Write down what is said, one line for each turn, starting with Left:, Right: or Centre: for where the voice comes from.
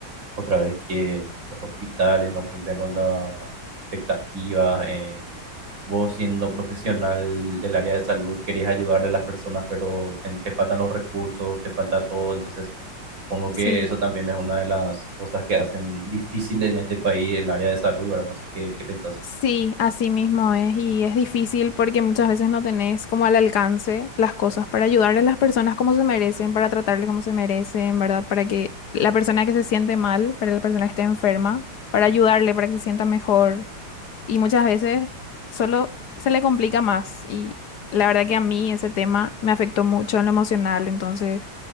Right: otra vez que los hospitales no cumplen con las expectativas. eh, vos siendo profesional del área de salud querés ayudarle a las personas, pero te, te faltan los recursos, te falta todo. Entonces, supongo que
Left: Sí,
Right: eso también es una de las cosas que hacen difícil en este país el área de salud, ¿verdad? No sé qué, qué pensás.
Left: sí, así mismo es. Y es difícil porque muchas veces no tenés como al alcance las cosas para ayudar a las personas como se merecen, para tratarles como se merecen, ¿verdad? Para que la persona que se siente mal, para la persona que esté enferma, para ayudarle, para que se sienta mejor. Y muchas veces solo se le complica más. Y la verdad que a mí ese tema me afectó mucho en lo emocional, entonces...